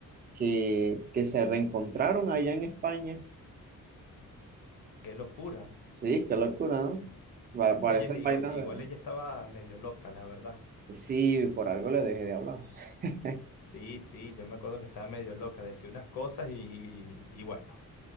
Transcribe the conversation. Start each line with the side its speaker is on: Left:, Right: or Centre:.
Right: que, que se reencontraron allá en España.
Left: Qué locura.
Right: Sí, qué locura, ¿no? Pa-
Left: No,
Right: Parecen
Left: ella, es- igual,
Right: vainas
Left: igual
Right: de...
Left: ella estaba medio loca, la verdad.
Right: Sí, por algo le dejé de hablar. <laughs>
Left: Sí, sí, yo me acuerdo que estaba medio loca, decía unas cosas y, y bueno.